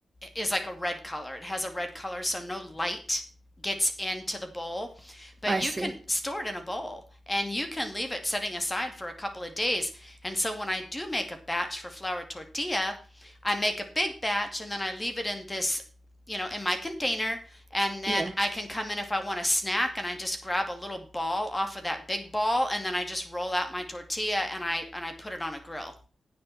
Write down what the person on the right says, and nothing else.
I
see.
Yeah.